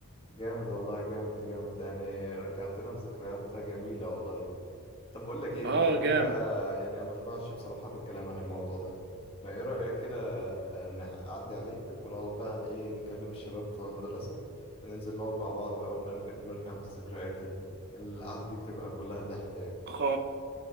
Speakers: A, on the left; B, on the right.
A: جامد والله جامد جامد يعني رجعتنا في ذكريات جميلة والله طب بقول لك ايه
B: اه
A: بما انك
B: جامد
A: بقى يعني انا مشبعش بصراحة بالكلام عن الموضوع ده ما ايه رأيك كده نعدي عليك ونقعد بقى عن ايه نكلم الشباب بتوع المدرسة وننزل نقعد مع بعض بقى ونرجع نرجع بالذكريات دي القعدة دي بتبقى كلها ضحك يعني
B: خ...